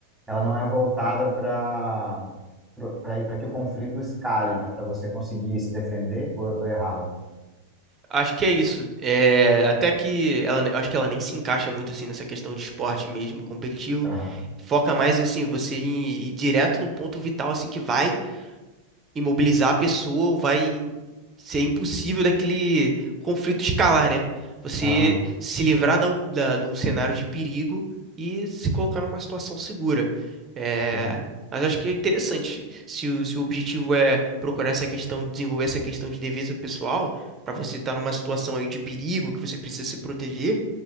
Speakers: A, in the centre; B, on the right.
A: ela não é voltada para para que o conflito escale, mas para você conseguir se defender, ou eu estou errado?
B: Acho que é isso. É, até que ela, acho que ela nem se encaixa muito assim nessa questão de esporte mesmo competitivo.
A: Aham,
B: Foca mais assim, você ir, ir direto no ponto vital assim que vai imobilizar a pessoa ou vai ser impossível daquele conflito escalar, né? Você
A: aham.
B: se livrar da, da- de um cenário de perigo e se colocar numa situação segura. É,
A: Entendi.
B: mas acho que é interessante. Se o, se o objetivo é procurar essa questão, desenvolver essa questão de defesa pessoal, para você estar numa situação aí de perigo que você precisa se proteger